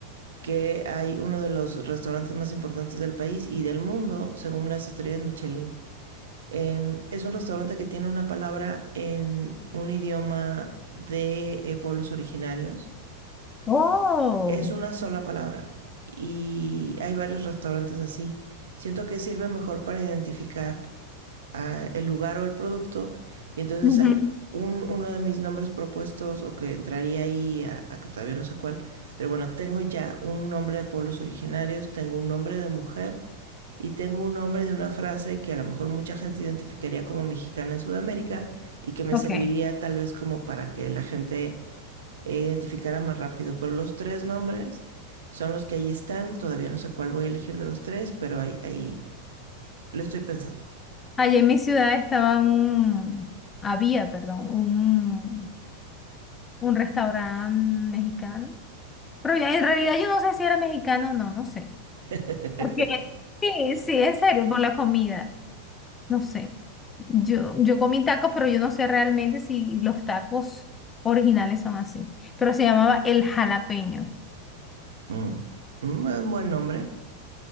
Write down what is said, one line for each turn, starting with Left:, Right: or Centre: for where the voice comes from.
Right: que hay uno de los restaurantes más importantes del país y del mundo, según las estrellas Michelin. Em, es un restaurante que tiene una palabra en un idioma de eh, pueblos originarios.
Left: Oh.
Right: Es una sola palabra y hay varios restaurantes así. Siento que sirve mejor para identificar ah, el lugar o el producto y entonces
Left: ujú,
Right: hay un, uno de mis nombres propuestos o que entraría ahí a, a que todavía no sé cuál, pero bueno, tengo ya un nombre de pueblos originarios, tengo un nombre de mujer y tengo un nombre de una frase que a lo mejor mucha gente identificaría como mexicana en Sudamérica y que me
Left: Ok.
Right: serviría tal vez como para que la gente eh, identificara más rápido. Pero los tres nombres son los que ahí están. Todavía no sé cuál voy a elegir de los tres, pero ahí, ahí lo estoy pensando.
Left: Allí en mi ciudad estaba un, había, perdón, un, un restaurante mexicano. Pero ya, en realidad yo no sé si era mexicano o no, no sé.
Right: <laughs>
Left: Porque, sí, sí, en serio, por la comida. No sé. Yo, yo comí tacos, pero yo no sé realmente si los tacos originales son así. Pero se llamaba el jalapeño.
Right: Mm. Mm, buen- buen nombre.